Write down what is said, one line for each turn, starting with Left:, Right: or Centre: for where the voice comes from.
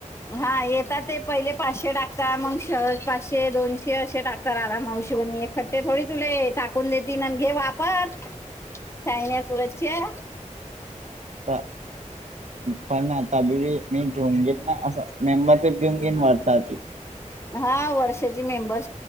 Left: हा येेतात ते पहिले पाचशे टाकतात, मग श पाचशे, दोनशे असे टाकत राधा मावशी म्हणे ईखट्टे थोडी तुले टाकून देतील आणि घे वापर, शायन्या सुरज च्या
Right: त पाहिन्यात तबी मी, मी घेऊन घेईन ना असं मेंबरशिप घेऊन पेन हारता ताची
Left: हा, वर्षाची मेंबर